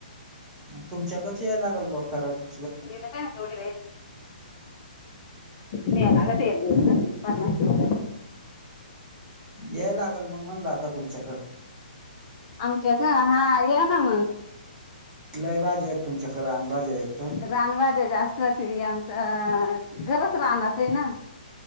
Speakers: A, on the right (about 15°); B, on the left (about 35°).
A: मग तुमच्याकच याल लागल बॉ तराठी.
B: एक भी नाही जोडीला न्या लागते एक दिवस अ बनवाया.
A: या लागल मग म्हणल आता तुमच्याकड.
B: आमच्याकड हा या ना मग.
A: लय भाज्या आहेत तुमच्याकड रानभाज्या आहेत.
B: रान भाज्या जास्त ती आमच घरच रानात आहे ना.